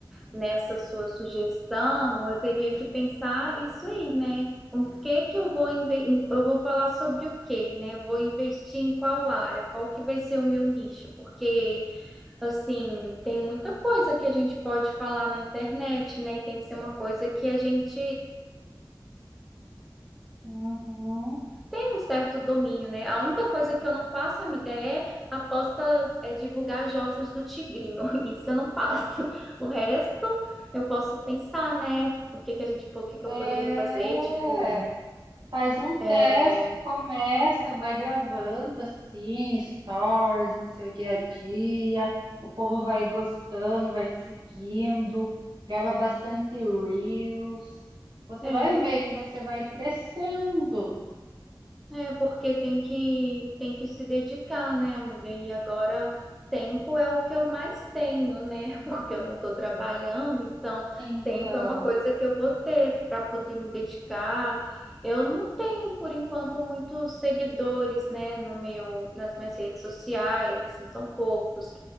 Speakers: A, in the centre; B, on the right.
A: nessa sua sugestão, eu teria que pensar isso aí, né? O que que eu vou inve- eu vou falar sobre o quê, né? Eu vou investir em qual área? Qual que vai ser o meu nicho? Porque assim, tem muita coisa que a gente pode falar na internet, né? E tem que ser uma coisa que a gente
B: Uhum.
A: tem um certo domínio, né? A única coisa que eu não passo, amiga, é aposta, é divulgar jogos do Tigrinho. <laughs> Isso eu não passo. O resto eu posso pensar, né? O que que a gente, po- o que que
B: É,
A: eu poderia fazer? Tipo,
B: faz um teste,
A: é,
B: começa, vai gravando assim, stories no seu dia a dia. O povo vai gostando, vai te seguindo, grava bastante reels. Você
A: é,
B: vai ver que você vai crescendo.
A: É porque tem que tem que se dedicar, né, amiga? E agora tempo é o que eu mais tenho, né? <laughs> Porque eu não estou trabalhando, então
B: Então.
A: tempo é uma coisa que eu vou ter para poder me dedicar. Eu não tenho por enquanto muitos seguidores, né, no meu nas minhas redes sociais, assim, são poucos